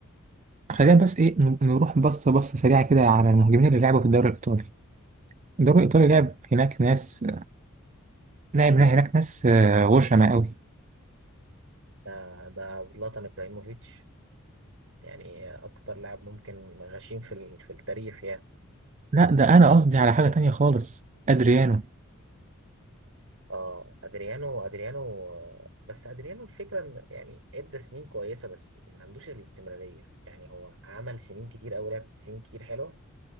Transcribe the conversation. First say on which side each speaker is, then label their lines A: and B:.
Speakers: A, on the right (about 35°); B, on the right (about 65°).
A: خلينا بس ايه ن- نروح بصة بصة سريعة كده على المهاجمين اللي لعبوا في الدوري الإيطالي الدوري الإيطالي لعب هناك ناس لعب هناك ناس آه، غشمة قوي
B: ده ده زلاتان إبراهيموفيتش يعني أكتر لاعب ممكن غشيم في ال- في التاريخ يعني
A: لا ده أنا قصدي على حاجة تانية خالص أدريانو
B: اه ادريانو ادريانو آه، بس ادريانو الفكره ان يعني ادى سنين كويسه بس ما عندوش الاستمراريه يعني هو عمل سنين كتير قوي لعب سنين كتير حلوه